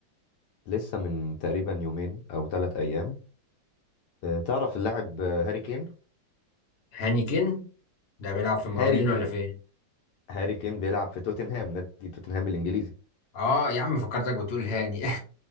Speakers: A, on the left; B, on the left.
A: لسه من تقريبا يومين او ثلاث ايام آه، تعرف اللاعب آه، هاري كين
B: هاني كين ده بيلعب في المقاولين
A: هاري كين
B: ولا فين
A: هاري كين بيلعب في توتنهام نادي توتنهام الانجليزي
B: اه يا عم فكرتك بتقول هاني <laughs>